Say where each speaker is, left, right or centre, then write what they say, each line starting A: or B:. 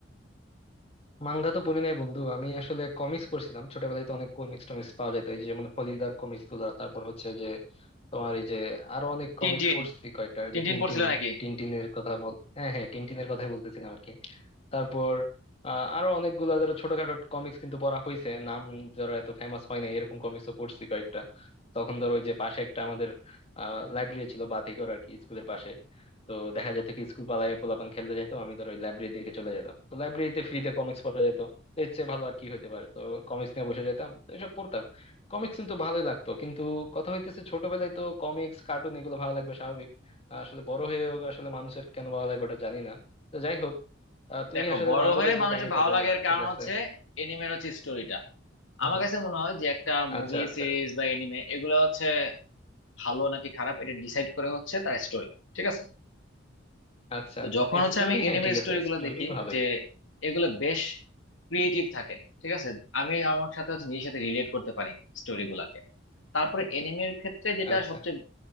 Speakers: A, on the left (about 30°); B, on the left (about 75°).
A: মাঙ্গা তো পড়ি নাই বন্ধু আমি আসলে কমিক্স পড়ছিলাম ছোটবেলায় তো অনেক কমিক্স টমিক্স পাওয়া যেত এই যে যেমন ফলিদার কমিক্স গুলা তারপর হচ্ছে যে তোমার এই যে আরো অনেক
B: টিনটিন
A: কমিক্স পড়ছি কয়েকটা ওই
B: টিনটিন
A: যে টিনটিন
B: পড়ছিলে নাকি
A: টিনটিনের কথা বল হ্যাঁ হ্যাঁ টিনটিনের কথাই বলতেছিলাম আর কি তারপর আহ, আরো অনেকগুলা ধরো ছোটখাটো কমিক্স কিন্তু পড়া হয়েছে নাম ধরো এত ফেমাস হয় না এরকম কমিক্সও পড়ছি কয়েকটা তখন ধরো ওই যে পাশে একটা আমাদের লাইব্রেরি ছিল বাতিঘর আর কি স্কুলের পাশে তো দেখা যেত কি স্কুল পালায় পোলাপান খেলতে যেত আমি ধরো ওই লাইব্রেরির দিকে চলে যেতাম তো লাইব্রেরিতে ফ্রিতে কমিক্স পড়া যেত তো এর চেয়ে ভালো আর কি হতে পারে তো কমিক্স নিয়ে বসে যেতাম তো এসব পড়তাম কমিক্স কিন্তু ভালোই লাগতো কিন্তু কথা হইতেছে ছোটবেলায় তো কমিক্স কার্টুন এগুলো ভালো লাগবে স্বাভাবিক আসলে বড় হয়েও আসলে মানুষের কেন ভালো লাগে ওটা জানি না তো যাই হোক আহ, তুমি
B: দেখো
A: আসলে
B: বড়
A: মার্বেলের
B: হয়ে
A: যে
B: মানুষের
A: কাহিনীটা
B: ভালো
A: বললা
B: লাগার কারণ
A: ঠিক আছে
B: হচ্ছে এনিমের হচ্ছে স্টোরিটা
A: হুম
B: আমার
A: হুম।
B: কাছে মনে হয় যে একটা মুভি
A: আচ্ছা আচ্ছা
B: সিরিজ বা এনিমে এগুলো হচ্ছে ভালো নাকি খারাপ এটা ডিসাইড করে হচ্ছে তার স্টোরি ঠিক আছে
A: আচ্ছা
B: তো
A: আচ্ছা
B: যখন হচ্ছে
A: স্টোরি
B: আমি এনিমের
A: হ্যাঁ ঠিক
B: স্টোরিগুলো
A: আছে স্টোরি
B: দেখি
A: ভালোই
B: যে এগুলো বেশ ক্রিয়েটিভ থাকে ঠিক আছে আমি আমার সাথে হচ্ছে নিজের সাথে রিলেট করতে পারি স্টোরিগুলোকে তারপরে এনিমের ক্ষেত্রে যেটা
A: আচ্ছা
B: সবচেয়ে